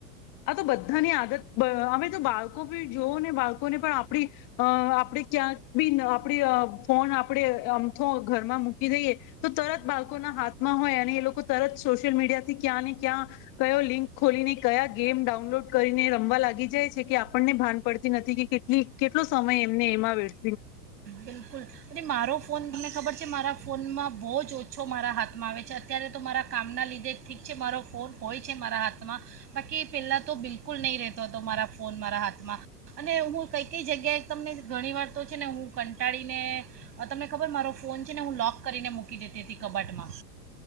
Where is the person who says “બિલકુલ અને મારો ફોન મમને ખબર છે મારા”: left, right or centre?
Right